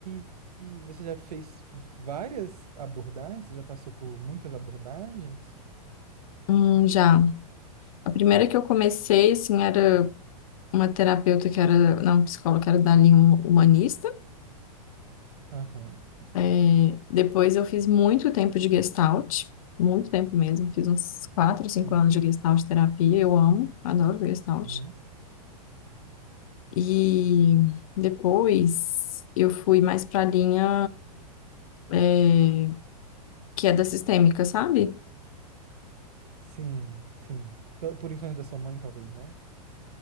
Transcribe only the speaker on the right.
e, e você já fez várias abordagens? Você já passou por muitas abordagens?
Aham,
aham,
uhum.
Sim, sim. Pe- Por influência da sua mãe, talvez, né?